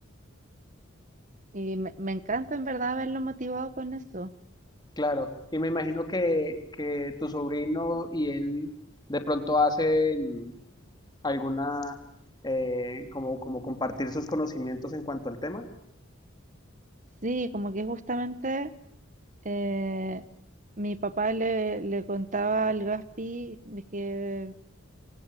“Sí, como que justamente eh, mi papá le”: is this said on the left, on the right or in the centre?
Right